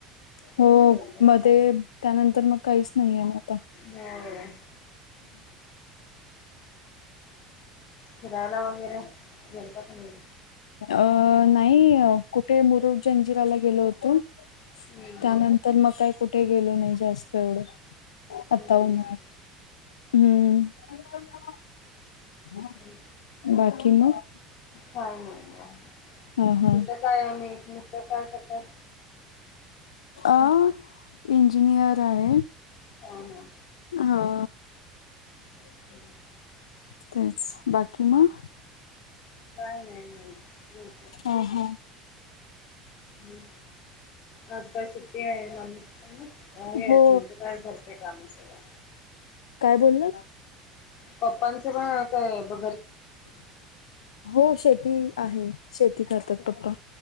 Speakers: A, on the left; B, on the left.
A: हो
B: खूप पडला
A: मध्ये
B: थोडा.
A: त्यानंतर मग काहीच नाहीये ना. आता
B: होय. फिरायला वगैरे गेलता की नाही.
A: अ नाही कुठे मुरुड जंजिराला गेलो होतो.
B: हम्म
A: त्यानंतर मग काय कुठे गेलो नाही जास्त एवढं. आत्ता
B: हम्म
A: उन्हाळात हम्म
B: हम्म
A: बाकी मग.
B: काय नाही
A: हा हा
B: तिथ काय आणि मिस्टर काय करतात.
A: अ इंजिनियर आहे.
B: ह हा.
A: हा.
B: अ् <inaudible>
A: तेच बाकी म.
B: काय नाही <inaudible>
A: हा हा
B: ह आज काय सुट्टी <inaudible> हे
A: हो
B: तुमचं काय करतंय काम सगळं
A: काय बोलला?
B: पप्पांचे पण काय ब
A: हो शेती आहे, शेती करतात पप्पा.